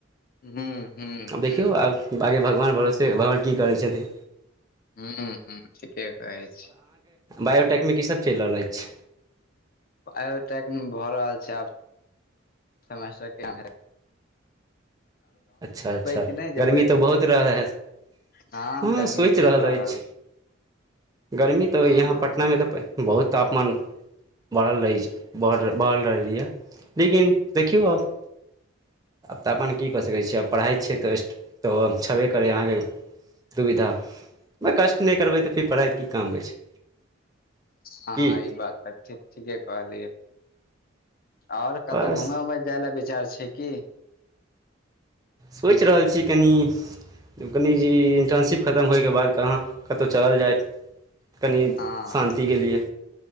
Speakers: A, on the left; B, on the right.
A: हूं हूं
B: आब देखियौ
A: हूं
B: आब आगे भगवान भरोसे भगवान की करै छथिन
A: हू हू ठीके कहै छी
B: बायोटेकमेक कि सब चलि रहल अइछ
A: बायो टैक मे भऽ रहल छै आब समेस्टर केहेन हइ
B: अच्छा अच्छा
A: कि नहि जेबै
B: गर्मी तऽ बहुत रहै हैत
A: हँ
B: द्दू
A: गर्मी
B: सोचि
A: पड़ि
B: रहल अइछ
A: छै
B: गर्मी तऽ
A: हँ
B: यहाँ
A: हँ
B: पटनामे तऽ बहुत तापमान बढ़ल अइछ बढ़ल रहलै यऽ लेकिन देखियौ आब आब तापमान की कऽ सकै छियै आब पढ़ाई छियै तऽ रेस्ट तऽ छेबे करै अहाँके दुविधा कष्ट नहि करबै तऽ फेर पढ़ाई की काम दै छै
A: हाँ
B: की
A: हाँ ई बात तऽ ठीक ठीके कहलियै ओर कतहु
B: बस
A: घूम उमे जाय ल विचार छै की
B: सोचि रहल छी कनि कनि जे
A: हँ
B: इंटर्नशिप खतम होइके बाद कहाँ कतहु चलल जाय कनि
A: हँ
B: शान्ति के लिए